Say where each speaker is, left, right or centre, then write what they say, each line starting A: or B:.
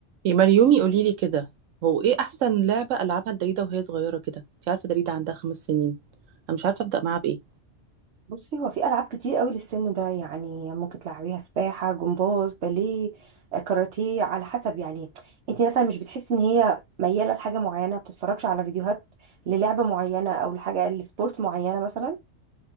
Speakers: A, on the right (about 90°); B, on the right (about 65°).
A: يا مريومي قولي لي كده هو ايه احسن لعبه العبها لدريده وهي صغيره كده انت عارفه دريده عندها خمس سنين انا مش عارفه ابدا معاها بايه
B: بصي هو في العاب كتير قوي للسن ده يعني ممكن تلعبيها سباحه جمباز باليه آه، كاراتيه على حسب يعني انت مثلا مش بتحسي ان هي مياله لحاجه معينه ما بتتفرجش على فيديوهات للعبه معينه او لحاجه لسبورت معينه مثلا